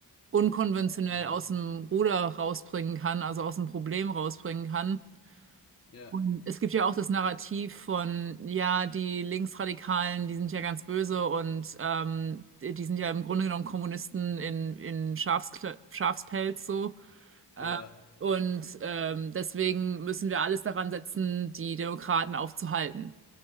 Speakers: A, on the right; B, on the left.
A: unkonventionell
B: hm,
A: aus dem Ruder rausbringen kann, also aus dem Problem rausbringen kann.
B: ja.
A: Und es gibt ja auch das Narrativ von, ja, die Linksradikalen, die sind ja ganz böse und ähm, die die sind ja im Grunde genommen Kommunisten in, in Schafskle Schafspelz so. Äh,
B: Ja.
A: und ähm, deswegen müssen wir alles daran setzen, die Demokraten aufzuhalten.